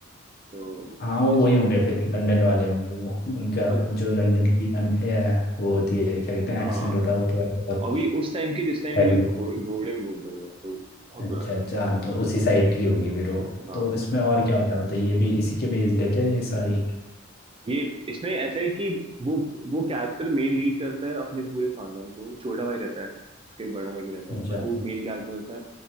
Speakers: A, on the right; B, on the left.
A: तो
B: हाँ वो
A: ऐसा
B: वही
A: है।
B: होंगे फिर लंदन वाले होंगे वो उनका
A: और
B: जो लंदन की अंग- ए, वो होती है क्या कहते हैं
A: हाँ
B: एक्सेंट होता है वो थोड़ा बहुत
A: अभी उस टाइम के जिस टाइम
B: हैवी
A: ये लोग घो, घोड़े में घूमते थे तो बहुत
B: अच्छा
A: पुराना
B: अच्छा हाँ तो उसी साइड की होगी फिर वो
A: हाँ
B: तो इसमें और क्या होता है मतलब ये भी इसी के बेस्ड है क्या ये सारी
A: ये इसमें ऐसा है कि वो वो कैरेक्टर मेन लीड करता है अपने पूरे खानदान को छोटा भाई रहता है उसका एक बड़ा भाई भी रहता
B: अच्छा
A: है बट वो मेन कैरेक्टर रहता है